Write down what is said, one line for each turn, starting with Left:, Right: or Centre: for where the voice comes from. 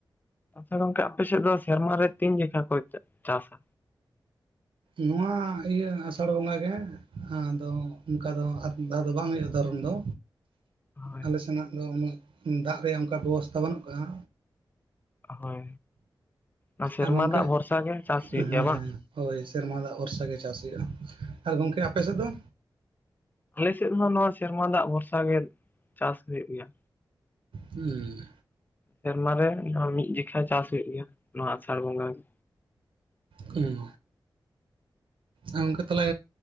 Left: ᱟᱪᱪᱷᱟ ᱜᱚᱝᱠᱮ ᱟᱯᱮ ᱥᱮᱫ ᱫᱚ ᱥᱮᱨᱢᱟ ᱨᱮ ᱛᱤᱱ ᱡᱚᱠᱷᱟ ᱠᱚ ᱪᱟ ᱪᱟᱥᱟ?
Right: ᱱᱚᱣᱟ ᱤᱭᱟᱹ ᱟᱥᱟᱲ ᱵᱚᱸᱜᱟ ᱜᱮ, ᱟᱫᱚ ᱚᱱᱠᱟ ᱫᱚ ᱟᱨ ᱢᱤᱫ ᱫᱷᱟᱣ ᱫᱚ ᱵᱟᱝ ᱦᱩᱭᱩᱜ-ᱟ ᱫᱷᱚᱨᱚᱱ ᱫᱚ᱾
Left: ᱦᱳᱭ
Right: ᱟᱞᱮ ᱥᱮᱱᱟᱜ ᱫᱚ ᱩᱱᱟᱹᱜ ᱫᱟᱜ ᱨᱮᱭᱟᱜ ᱚᱱᱠᱟ ᱵᱮᱵᱚᱥᱛᱟ ᱵᱟᱹᱱᱩᱜ ᱠᱟᱜ-ᱟ᱾
Left: ᱦᱳᱭ ᱚᱱᱟ ᱥᱮᱨᱢᱟ
Right: ᱟᱨ ᱜᱚᱝᱠᱮ
Left: ᱫᱟᱜ ᱵᱷᱚᱨᱥᱟ ᱜᱮ ᱪᱟᱥ
Right: ᱦᱮᱸ
Left: ᱦᱩᱭᱩᱜ ᱜᱮᱭᱟ ᱵᱟᱝ?
Right: ᱦᱳᱭ ᱥᱮᱨᱢᱟ ᱫᱟᱜ ᱵᱷᱚᱨᱥᱟ ᱜᱮ ᱪᱟᱥ ᱦᱩᱭᱩᱜ-ᱟ, ᱟᱨ ᱜᱚᱝᱠᱮ ᱟᱯᱮ ᱥᱮᱫ ᱫᱚ?
Left: ᱟᱞᱮ ᱥᱮᱫ ᱨᱮᱢᱟ ᱱᱚᱣᱟ ᱥᱮᱨᱢᱟ ᱫᱟᱜ ᱵᱷᱚᱨᱥᱟ ᱜᱮ ᱪᱟᱥ ᱦᱩᱭᱩᱜ ᱜᱮᱭᱟ᱾
Right: ᱦᱩᱸ᱾
Left: ᱥᱮᱨᱢᱟᱨ ᱨᱮ ᱱᱚᱣᱟ ᱢᱤᱫ ᱡᱮᱠᱷᱟ ᱪᱟᱥ ᱦᱩᱭᱩᱜ ᱜᱮᱭᱟ, ᱱᱚᱣᱟ ᱟᱥᱟᱲ ᱵᱚᱸᱜᱟ ᱜᱮ᱾
Right: ᱦᱩᱸ ᱟᱨ ᱜᱚᱝᱠᱮ ᱛᱟᱞᱦᱮ